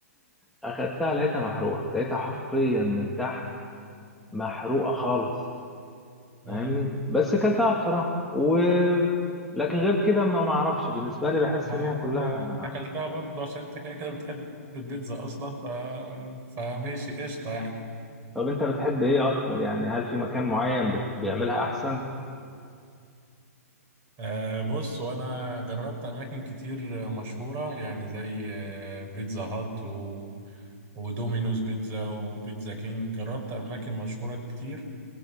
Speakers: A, in the centre; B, on the right.
A: اخدتها لقيتها محروقه لقيتها حرفيا من تحت محروقه خالص
B: امم
A: فاهمني بس اكلتها بصراحه و لكن غير كده ما ما اعرفش بالنسبه لي بحس
B: ما
A: ان هي
B: انت
A: كلها
B: انت اكلتها برضه عشان انت كده كده بتحب البيتزا اصلا ف فماشي قشطه يعني
A: طب انت بتحب ايه اكتر يعني هل في مكان معين بت- بيعملها احسن
B: آه بص وانا جربت اماكن كتير مشهوره يعني زي آه، بيتزا هات و... ودومينوز بيتزا وبيتزا كينج جربت اماكن مشهوره كتير